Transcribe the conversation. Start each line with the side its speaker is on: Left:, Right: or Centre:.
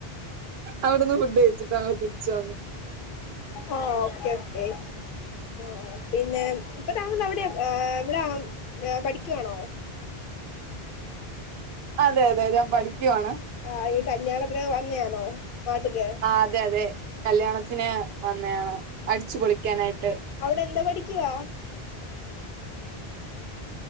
Right: അവിടുന്ന് ഫുഡ് കഴിച്ചിട്ടാണോ തിരിച്ചു വന്നേ?
Left: ഓക്കെ ഓക്കെ ആഹ് പിന്നെ ഇപ്പ താങ്കൾ അവിടെയാ എവിടെ പഠിക്ക്യുവാണോ?
Right: അതെ അതെ ഞാൻ പഠിക്ക്യുവാണ്
Left: ആഹ് ഈ കല്യാണത്തിന് വന്നെയാണോ? നാട്ട്ല്
Right: ആഹ് അതെ അതെ കല്യാണത്തിന് വന്നെയാണ് അടിച്ചുപൊളിക്കാനായിട്ട്
Left: അവിടെന്താ പഠിക്ക്യുവാ